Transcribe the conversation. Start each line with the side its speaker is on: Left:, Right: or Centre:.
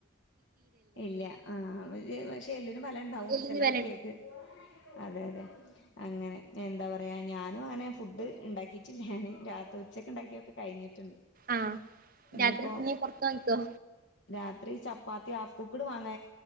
Left: ഇല്ല ആഹ് ക്ഷെ എല്ല്ന് ബലണ്ടാവും
Right: എല്ലിന്
Left: ചെല
Right: വെല
Left: കുട്ടി ജ് അതെതെ അങ്ങനെ എന്താ പറയാ ഞാ ന്ന് തൊനേം ഫുഡ് ഇണ്ടാക്കി വെച്ചില്ലാന് രാത്രി ഉച്ചക്കിണ്ടാക്കിയക്കെ കഴിഞ്ഞിട്ടുണ്ട്
Right: ആഹ
Left: ഇനിയിപ്പോ
Right: രാത്രി ക്കിനി പുറത്ത്ന്ന് വാങ്ങിക്കോ
Left: രാത്രി ചപ്പാത്തി ഹാഫ് കുക്കറ് വാങ്ങ